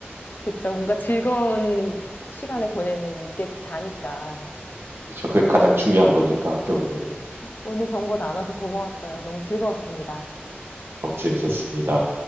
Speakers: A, on the left; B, on the right.
A: 그쵸. 뭔가 즐거운 시간을
B: 네.
A: 보내는 게 다니까.
B: 그 그게 가장 중요한 거니까 결국에는.
A: 오늘 정보 나눠서 고마웠어요. 너무 즐거웠습니다.
B: 너무 재밌었습니다.